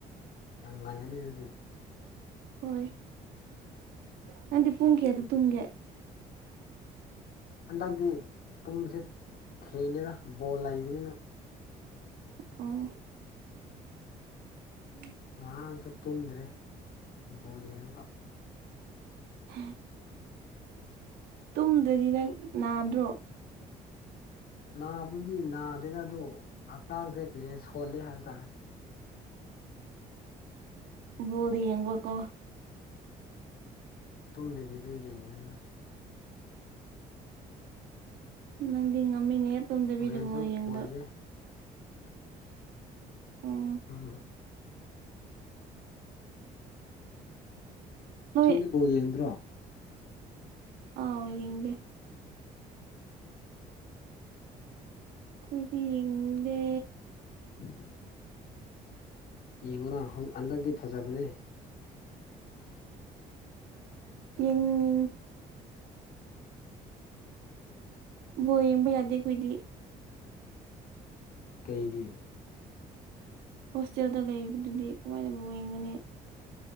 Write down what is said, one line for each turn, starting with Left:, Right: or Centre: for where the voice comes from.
Left: ꯌꯥꯝ ꯉꯜꯂꯤꯅꯤ ꯑꯗꯨꯗꯤ
Right: ꯍꯣꯏ ꯅꯪꯗꯤ ꯄꯨꯡ ꯀꯌꯥ ꯑꯗꯨ ꯇꯨꯝꯒꯦ
Left: ꯍꯟꯗꯛꯇꯤ ꯇꯨꯝꯁꯦ ꯊꯦꯡꯅꯤꯅ ꯕꯣꯜ ꯂꯩꯕꯅꯤꯅ
Right: ꯑ ꯎꯝ
Left: ꯉꯔꯥꯡꯁꯨ ꯇꯨꯝꯗ꯭ꯔꯦ ꯎꯄꯨ ꯌꯦꯡꯉꯒ
Right: ꯎꯝ ꯇꯨꯝꯗ꯭ꯔꯗꯤ ꯅꯪ ꯅꯥꯗ꯭ꯔꯣ
Left: ꯅꯥꯕꯨꯗꯤ ꯅꯥꯗꯦꯅ ꯑꯗꯨ ꯍꯛꯆꯥꯡꯁꯦ ꯀꯩꯦ ꯁꯣꯜꯂꯤꯦ ꯍꯥꯏꯕ ꯇꯥꯔꯦ
Right: ꯕꯣꯜꯗꯤ ꯌꯦꯡꯕꯔꯣ
Left: ꯇꯨꯝꯗꯕꯤꯗ ꯌꯦꯡꯕꯅꯤꯅ
Right: ꯅꯪꯗꯤ ꯉꯝꯃꯤꯅꯦꯍꯦ ꯇꯨꯝꯗꯕꯤꯗꯨꯕꯣ
Left: ꯍꯣꯔꯦꯟꯁꯨ
Right: ꯌꯦꯡꯕ
Left: ꯂꯩꯌꯦ
Right: ꯑꯣ
Left: ꯎꯝ
Right: ꯅꯣꯏ
Left: ꯁꯣꯝꯗꯤ ꯕꯣꯜ ꯌꯦꯡꯗ꯭ꯔꯣ
Right: ꯑꯥꯎ ꯌꯦꯡꯗꯦ ꯈꯣꯏꯗꯤ ꯌꯦꯡꯅꯤꯡꯗꯦ
Left: <inaudible> ꯌꯦꯡꯉꯨꯅ ꯍꯟꯗꯛꯇꯤ ꯐꯖꯕꯅꯦ
Right: ꯎꯝ ꯕꯣꯜ ꯌꯦꯡꯕ ꯌꯥꯗꯦ ꯑꯈꯣꯏꯗꯤ
Left: ꯀꯩꯒꯤ
Right: ꯍꯣꯁꯇꯦꯜꯗ ꯂꯩꯔꯤꯕꯗꯨꯗꯤ ꯀꯃꯥꯏꯅ ꯕꯣꯜ ꯌꯦꯡꯒꯅꯤ